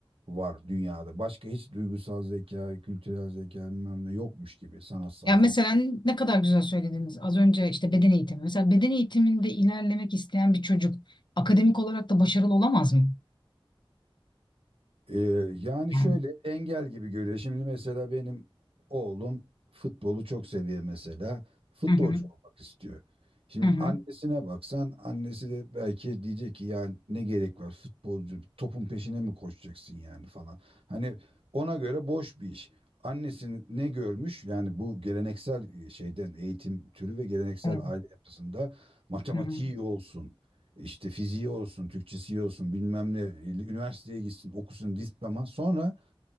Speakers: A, on the right (about 80°); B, on the left (about 55°).
A: var dünyada. Başka hiç duygusal zeka, kültürel zeka bilmem ne yokmuş gibi sanatsal
B: Ya
A: zeka.
B: mesela ne kadar güzel söylediniz. Az önce işte beden eğitimi. Mesela beden eğitiminde ilerlemek isteyen bir çocuk akademik olarak da başarılı olamaz mı?
A: Ee, yani
B: Yani.
A: şöyle engel gibi görüyor. Şimdi mesela benim oğlum futbolu çok seviyor mesela. Futbolcu
B: Hı hı.
A: olmak istiyor. Şimdi
B: Hı hı.
A: annesine baksan annesi de belki diyecek ki yani ne gerek var futbolcu topun peşine mi koşacaksın yani falan. Hani ona göre boş bir iş. Annesini ne görmüş yani bu geleneksel e, şeyden eğitim türü ve geleneksel
B: Evet.
A: aile yapısında matematiği
B: Hı hı.
A: iyi olsun işte fiziği olsun, Türkçesi olsun, bilmem ne, üniversiteye gitsin, okusun diploma. Sonra